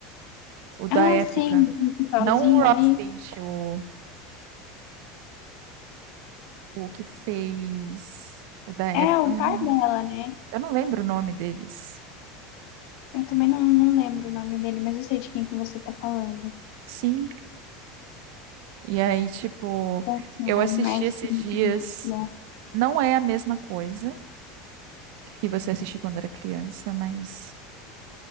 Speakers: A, on the right; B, on the left.
A: O da
B: Ah,
A: época.
B: sim, o principalzinho
A: Não o Rod
B: ali
A: Stint, o, o que fez o da época.
B: é o
A: Ah, eu
B: par
A: não
B: dela, né?
A: eu não lembro o nome deles.
B: Eu também não, não lembro o nome dele, mas eu sei de quem que você tá falando.
A: Sim. E aí, tipo,
B: Nossa,
A: eu assisti
B: mas
A: esses
B: sim,
A: dias.
B: sim, sim.
A: Não é a mesma coisa que você assistiu quando era criança, mas